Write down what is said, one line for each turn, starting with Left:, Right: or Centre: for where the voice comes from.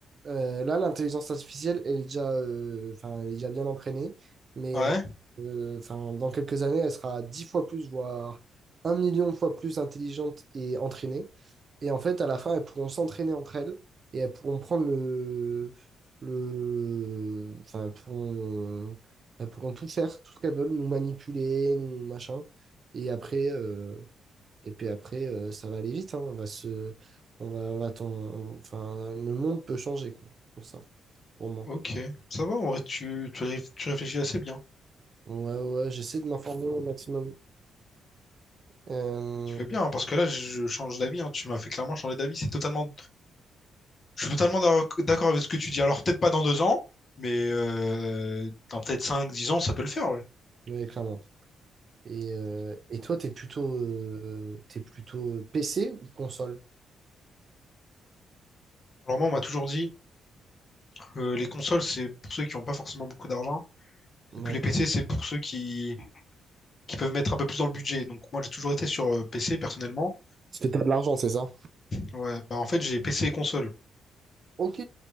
Right: Euh, là, l'intelligence artificielle, elle est déjà, euh, enfin, elle est déjà bien entraînée, mais
Left: ouais,
Right: euh, euh, enfin, dans quelques années, elle sera dix fois plus, voire un million de fois plus intelligente et entraînée. Et en fait, à la fin, elles pourront s'entraîner entre elles et elles pourront prendre le, le, enfin, elles pourront, elles pourront tout faire, tout ce qu'elles veulent, nous manipuler, nous machin. Et après, euh, et puis après, euh, ça va aller vite, hein. On va se, on va, on va t'en- enfin, le monde peut changer, quoi, pour ça, pour moi.
Left: ok. Ça va, en vrai, tu, tu, ré- tu réfléchis assez bien.
Right: Ouais, ouais, j'essaie de m'informer au maximum, euh,
Left: Tu fais bien, hein, parce que là, je, je change d'avis, hein. Tu m'as fait clairement changer d'avis. C'est totalement Je suis totalement d'ac- d'accord avec ce que tu dis. Alors, peut-être pas dans deux ans, mais euh, dans peut-être cinq, dix ans, ça peut le faire, ouais.
Right: ouais, clairement. Et, euh, et toi, t'es plutôt, euh, t'es plutôt euh, PC ou console?
Left: Alors moi, on m'a toujours dit, euh, les consoles, c'est pour ceux qui n'ont pas forcément beaucoup d'argent.
Right: Ouais.
Left: Et puis les PC, c'est pour ceux qui, qui peuvent mettre un peu plus dans le budget. Donc moi, j'ai toujours été sur euh, PC, personnellement.
Right: Parce que t'as de l'argent, c'est ça?
Left: Ouais, bah, en fait, j'ai PC et console.
Right: Ok,